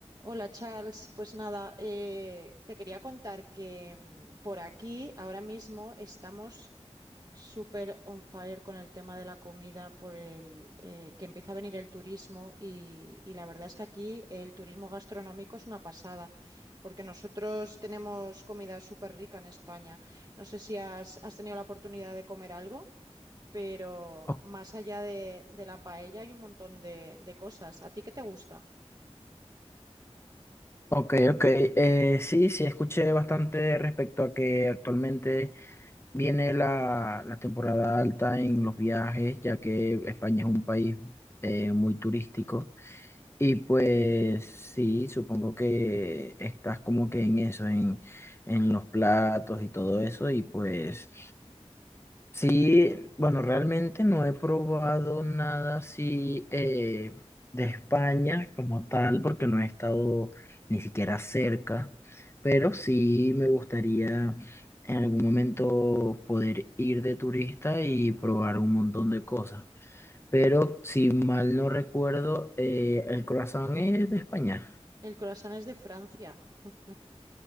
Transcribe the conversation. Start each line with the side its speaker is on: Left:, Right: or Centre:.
Right: Hola Charles, pues nada, eh, te quería contar que mm, por aquí ahora mismo estamos súper on fire con el tema de la comida, por el eh, que empieza a venir el turismo y, y la verdad es que aquí el turismo gastronómico es una pasada, porque nosotros tenemos comida súper rica en España. No sé si has, has tenido la oportunidad de comer algo, pero
Left: O-
Right: más allá de, de la paella hay un montón de, de cosas. ¿A ti qué te gusta?
Left: Ok, ok. Eh, sí, sí, escuché bastante respecto a que actualmente viene la, la temporada alta en los viajes, ya que España es un país eh, muy turístico. Y pues sí, supongo que estás como que en eso, en, en los platos y todo eso. Y pues Sí, bueno, realmente no he probado nada así eh, de España como tal, porque no he estado ni siquiera cerca, pero sí me gustaría en algún momento poder ir de turista y probar un montón de cosas. Pero si mal no recuerdo, eh, el croissant es de España.
Right: El croissant es de Francia. <laughs>